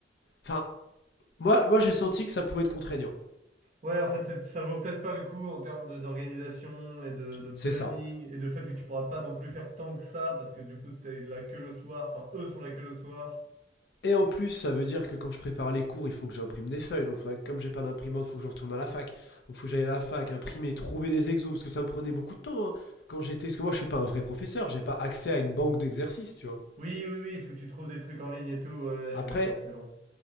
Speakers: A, on the left (about 65°); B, on the right (about 45°).
A: Enfin, euh, moi, moi j'ai senti que ça pouvait être contraignant.
B: Ouais, en fait, c'est- ça vaut peut-être pas le coup en termes de- d'organisation et de, de planning
A: C'est ça.
B: et de fait que tu pourras pas non plus faire tant que ça parce que du coup, t'es là que le soir. Enfin, eux sont là que le soir.
A: Et en plus, ça veut dire que quand je prépare les cours, il faut que j'imprime des feuilles. Donc, faudrait- comme j'ai pas d'imprimante, il faut que je retourne à la fac. Donc, il faut que j'aille à la fac, imprimer, trouver des exos, parce que ça me prenait beaucoup de temps hein, quand j'étais. Parce que moi, je suis pas un vrai professeur, j'ai pas accès à une banque d'exercices, tu vois.
B: Oui, oui, oui, il faut que tu trouves des trucs en ligne et tout. Ouais,
A: Après,
B: je suis d'accord, c'est long.